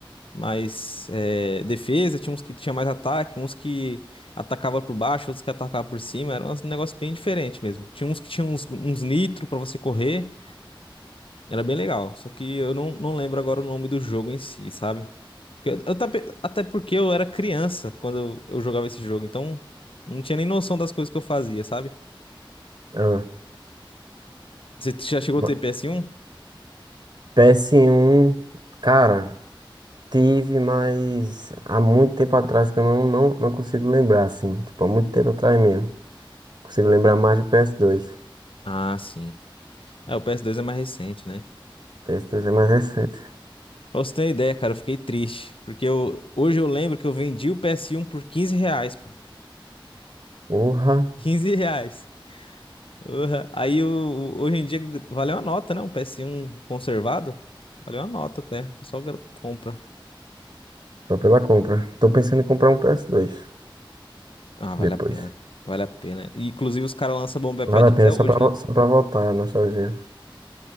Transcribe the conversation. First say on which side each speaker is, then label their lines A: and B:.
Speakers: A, on the left; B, on the right.
A: mais eh, defesa, tinha uns que tinha mais ataque, uns que atacava por baixo, outros que atacava por cima, era um negócio bem diferente mesmo. Tinha uns que tinha uns, uns nitro pra você correr, era bem legal, só que eu não, não lembro agora o nome do jogo em si, sabe? Porque Eu, eu tape- até porque eu era criança quando eu, eu jogava esse jogo, então não tinha nem noção das coisas que eu fazia, sabe?
B: Ah,
A: Você já chegou
B: uma-
A: a ter PS1?
B: ps um, cara, tive, mas há muito tempo atrás que eu não, não, não consigo lembrar, assim. Tipo, há muito tempo atrás mesmo. Consigo lembrar mais do PS2. ps dois
A: Ah, sim. Ah, o PS2 é mais recente, né?
B: P S dois é mais recente.
A: Pra você ter uma ideia, cara, eu fiquei triste. Porque eu, hoje eu lembro que eu vendi o PS1 por 15 reais, pô.
B: Porra,
A: 15 reais. Urra. Aí eu, hoje em dia valeu a nota, né? Um PS1 conservado. Valeu a nota até. O pessoal gra- compra.
B: só pela compra. Tô pensando em comprar um ps dois
A: Ah, vale
B: depois.
A: a pena. Vale a pena. E, inclusive os caras lançam Bomba Patch
B: Vale a
A: até
B: pena só
A: hoje,
B: pra,
A: né?
B: vo- só pra voltar a nostalgia.